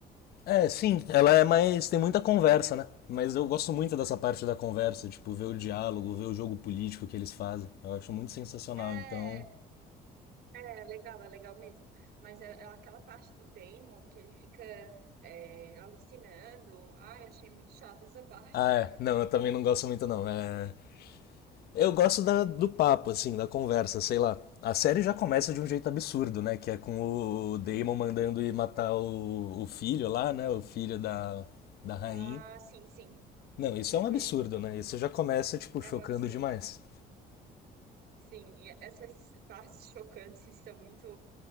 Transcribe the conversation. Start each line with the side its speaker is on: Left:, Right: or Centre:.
Left: É, sim, ela é mais. tem muita conversa, né? Mas eu gosto muito dessa parte da conversa, tipo, ver o diálogo, ver o jogo político que eles fazem. Eu acho muito sensacional,
Right: É,
Left: então.
Right: É legal, é legal mesmo. Mas é, é aquela parte do Damon que ele fica é, alucinando. Ai, achei muito chata essa parte.
Left: Ah, é.
Right: <laughs>
Left: Não, eu também não gosto muito, não. É. Eu gosto da- do papo, assim, da conversa, sei lá. A série já começa de um jeito absurdo, né? Que é com o Damon mandando ir matar o, o filho lá, né? O filho da, da rainha.
Right: Ah, sim, sim.
Left: Não, isso
Right: Uhum.
Left: é um absurdo, né? Isso já começa, tipo, chocando
Right: É um absurdo.
Left: demais.
Right: Sim, e essas partes chocantes são muito,